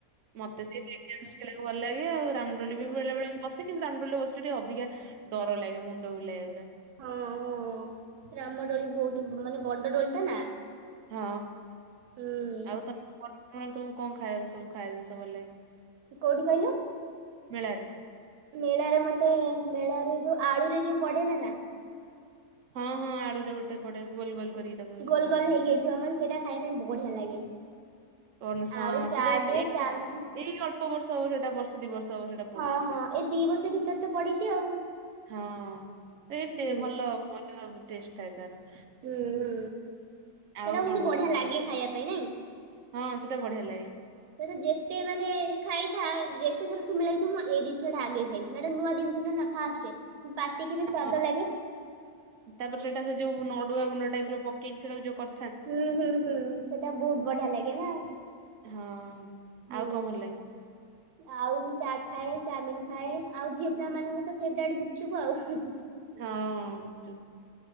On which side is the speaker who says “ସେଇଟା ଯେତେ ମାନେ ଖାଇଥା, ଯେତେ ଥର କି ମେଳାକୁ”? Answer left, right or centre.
Right